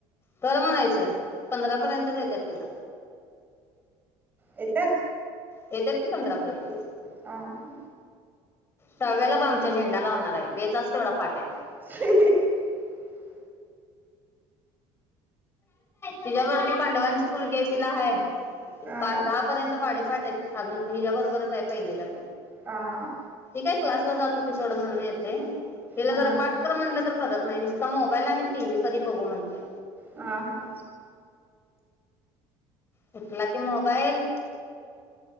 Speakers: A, on the left; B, on the right.
A: कर म्हणायचं पंधरा पर्यंतच येत्यात तिला
B: येत्यात
A: येत्यात की पंधरा पर्यंत
B: हा हा
A: काव्याला ब आमच्या झेंडा लावणार आहे बेचाच तेवढा पाठ आहे.
B: <inaudible>
A: तिच्याबर ती पांडवांची पोरगी ये तिला हाय
B: हा
A: पाच दहा पर्यंत पाडे पाट येत आजून हिच्याबरोबच आहेत. पहिलीलाच
B: हा
A: ही काय क्लास ला जात होतीस जोड म्हणून येतंय हिला
B: हा
A: जरा पाट कर म्हटलं तर करत नाही निसता मोबाईल आणि टीव्ही कधी बघू म्हणत्या
B: हां हां
A: उठला की मोबाईल